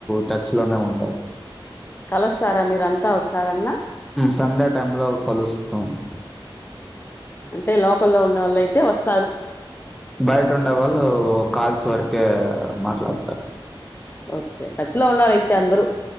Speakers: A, in the centre; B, on the left.
A: టచ్ లోనే ఉంటారు.
B: కలుస్తారా మీరంతా, ఒకసారాన్నా.
A: సండే టైంలో కలుస్తూన్,
B: అంటే లోకల్లో ఉన్నోళ్ అయితే ఓస్త్,
A: బయట ఉండేవాళ్ళు, కాల్స్ వరకే మాట్లాడతార్.
B: ఓకే, టచ్ లో ఉన్నారైతే అందరు.